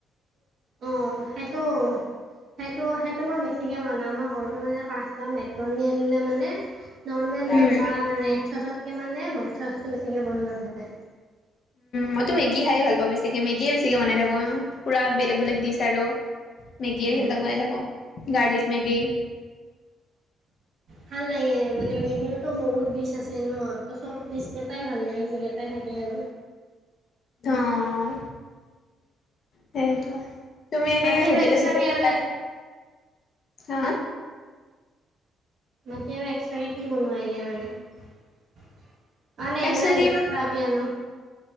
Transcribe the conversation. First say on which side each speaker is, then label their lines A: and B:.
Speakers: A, on the right (about 45°); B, on the left (about 45°).
A: অঁ, সেইটো সেইটো সেইটো মই বেছিকে বনাও আমাৰ ঘৰটো মানে পাচ একদম এক্ৰণী আনিলে মানে নৰ্মেল
B: উম,
A: বা ৰেড চচত কে মানে হোৱাইট চচটো বেছিকে বনোৱা যায়।
B: মইতো মেগী খায়ে ভাল পাওঁ বেছিকে মেগিয়ে বেছিকৈ বনাই থাকোঁ আও, পূৰা বেলেগ বেলেগ ডিচ আৰু। মেগীৰ
A: উম,
B: সেইবিলাক
A: হুম।
B: বনাই থাকো গাৰ্লিক মেগীৰ।
A: ভাল লাগে মানে মেগীটোতো বহুত ডিচ আছে ন, ত চব ডিচ টাই ভাল লাগে, যিকেইটা থাকে আৰু।
B: অঁ, সেইটো। তুমি এনেই
A: বাকী আৰু
B: হোটেলে
A: এক্সট্ৰাকে
B: চুতেলে কিবা
A: আৰু
B: হা?
A: বাকী আৰু এক্সট্ৰাকে কি বনোৱাই এনেই মানে অঁ, নে এইবিলাক
B: এক্সট্ৰা কি
A: খোৱা পিয়ান।